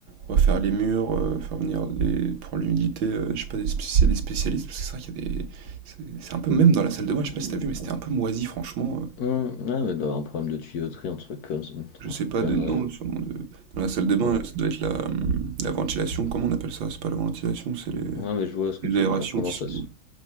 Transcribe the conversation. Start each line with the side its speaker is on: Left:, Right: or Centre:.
Right: on va faire les murs, euh, faire venir des, pour l'humidité, euh, je sais pas si c'est des spécialistes, parce que c'est vrai qu'il y a des... C'est c'est un peu, même dans la salle de bain, je sais pas si t'as vu, mais c'était un peu moisi, franchement. euh.
Left: Hum, ouais, mais d'avoir un problème de tuyauterie, un truc comme ça-
Right: Je
Left: un
Right: sais
Left: truc
Right: pas
Left: comme
Right: de non,
Left: euh,
Right: sûrement de dans la salle des bains,
Left: ouais.
Right: ça doit être la, hum, la ventilation, comment on appelle ça? C'est pas la ventilation, c'est les,
Left: Ouais, mais je vois ce que
Right: les
Left: tu
Right: aérations
Left: veux dire, condensation.
Right: qui sont